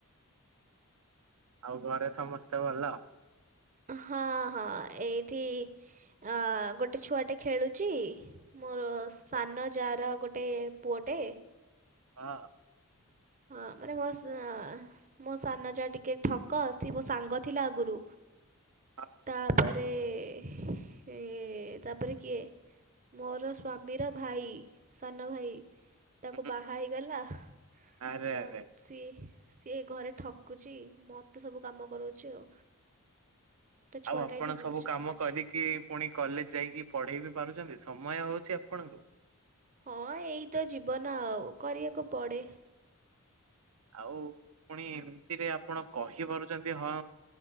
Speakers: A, on the right; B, on the right.
A: ଆଉ ଘରେ ସମସ୍ତେ ଭଲ
B: ହଁ ହଁ ଏଇଠି ଆ ଗୋଟେ ଛୁଆଟେ ଖେଳୁଚି। ମୋର ସାନ
A: ହଁ
B: ଯାର ଗୋଟେ ପୁଅଟେ।
A: ହଁ।
B: ହଁ ମାନେ ଘସା ଆଁ ମୋ ସାନ ଯା ଟିକେ ଠକ ସେ ମୋ ସାଙ୍ଗ ଥିଲା ଆଗୁରୁ
A: ହଁ
B: ତାପରେ ରେ ଏ ତାପରେ କିଏ? ମୋର ସ୍ଵାମୀର ଭାଇ ସାନ ଭାଇ
A: ହୁଁ
B: ତାକୁ ବାହା ହେଇଗଲା।
A: ଆରେ
B: ତ
A: ଆରେ
B: ସିଏ ସିଏ ଘରେ ଠକୁଚି। ମତେ ସବୁ କାମ କରଉଛି ଆଉ। ତା ଛୁଆଟା
A: ଆଉ ଅପଣ
B: ଏଠି ବୁଲୁଛି
A: ସବୁ କାମ
B: ଖେଳୁଛି
A: କରିକି ପୁଣି କଲେଜ ଯାଇକି ପଢ଼େଇ ବି ପାରୁଚନ୍ତି ସମୟ ହେଉଚି ଆପଣଙ୍କୁ
B: ହଁ ଏଇ ତ ଜୀବନ ଆଉ କରିବାକୁ ପଡେ।
A: ଆଉ ପୁଣି ସେଥିରେ ଆପଣ କହିପାରୁଚନ୍ତି ହଁ